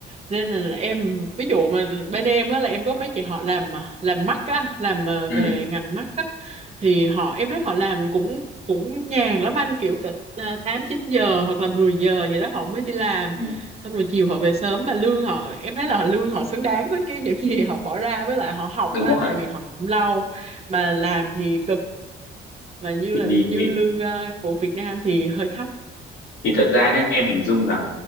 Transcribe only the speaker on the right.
Nên là em ví dụ mà bên em á là em có mấy chị họ làm mà làm mắt á, làm ờ,
về ngành mắt á thì họ em thấy họ làm cũng cũng nhàn lắm anh kiểu cả à, 8 9 giờ hoặc là 10 giờ vậy đó họ mới đi làm.
Xong rồi chiều họ về sớm mà lương họ em thấy là họ lương họ xứng đáng với cái những <laughs> gì họ bỏ ra với lại họ học
á anh
tại vì học cũng lâu mà làm thì cực mà như
là như lương ờ, của Việt Nam thì hơi thấp.